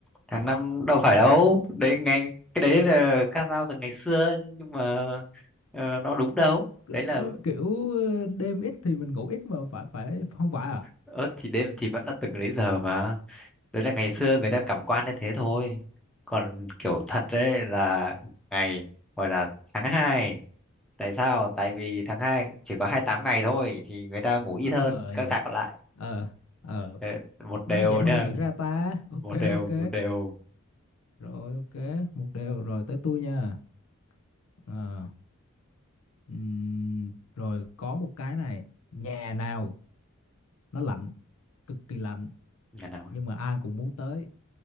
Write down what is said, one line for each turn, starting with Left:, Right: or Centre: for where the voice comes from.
Centre: tháng năm đâu phải đâu đấy ngày cái đấy là ca dao từ ngày xưa nhưng mà ờ, nó đúng đâu đấy
Left: Ờ,
Centre: là
Left: kiểu ờ, đêm ít thì mình ngủ ít mà phải phải không phải à
Centre: ớt thì đêm thì vẫn là từng đấy giờ mà đấy là ngày xưa người ta cảm quan như thế thôi còn kiểu thật đấy là ngày gọi là tháng hai tại sao tại vì tháng 2 chỉ có 28 ngày thôi thì người ta ngủ ít
Left: ờ
Centre: hơn các
Left: nhỉ
Centre: tháng còn lại
Left: ờ ờ
Centre: Đấy, một đều
Left: Má, vậy mà
Centre: nhá
Left: không nghĩ ra ta ok
Centre: một đều
Left: ok
Centre: một đều
Left: rồi ok một điều rồi tới tôi nha Ờ. Ừm, rồi có một cái này nhà nào nó lạnh cực kỳ lạnh
Centre: nhà nào ấy?
Left: nhưng mà ai cũng muốn tới